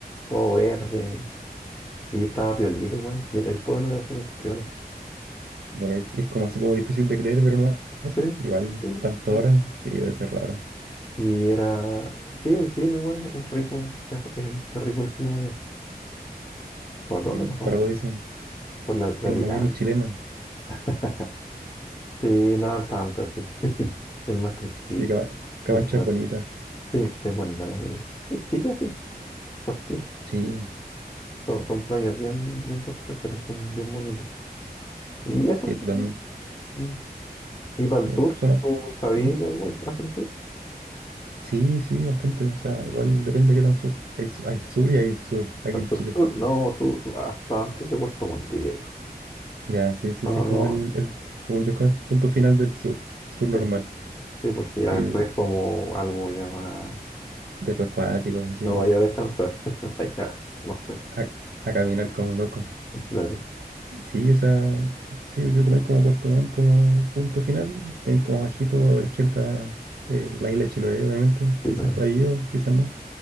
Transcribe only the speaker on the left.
todo verde, y estaba piolita igual, y el, el pueblo era súper piola.
Sí,
sí,
sí.
Y era, sí, el clima igual es rico, es, es es rico el clima ya. ¿Por dónde
pasamos?
Por la Vaticano.
<laughs> Sí, no tanto, sí. <laughs> Es más tranquilo,
mucho más
tranquilo. Sí, sí, es bonita la playa. Es chica, sí, cortita.
Son, son playas bien, bien cortitas, pero son bien bonitas. Y eso
en
general. Mm. ¿Y para el
sur?
¿Tú sabías
de algo hacia el sur?
Sur,
sur, no, sur, hasta antes de Puerto Montt, diría yo.
No,
no,
sí, sí, porque ya
después como algo ya más
No vaya a descansar. <laughs> Vaya, no sé.
Claro.
Sí,
también